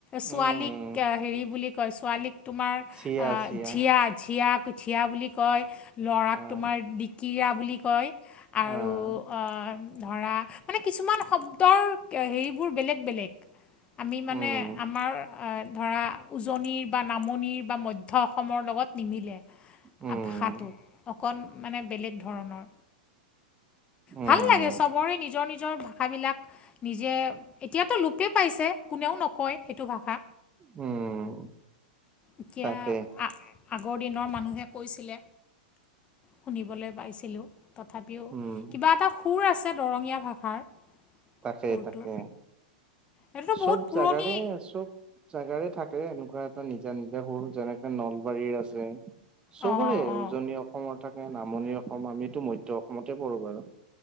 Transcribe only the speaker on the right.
উম উম
চিয়া চিয়া
আহ
আহ
উম
উম,
উম,
উম,
তাকে,
উম,
তাকে-তাকে।
চব
জেগাৰে চব জেগাৰে থাকে এনেকুৱা এটা নিজা-নিজা সুৰ যেনেকে নলবাৰীৰ আছে। চবৰে
উজনি অসমৰ থাকে, নামনি অসম আমিতো মধ্য অসমতে পৰোঁ বাৰু।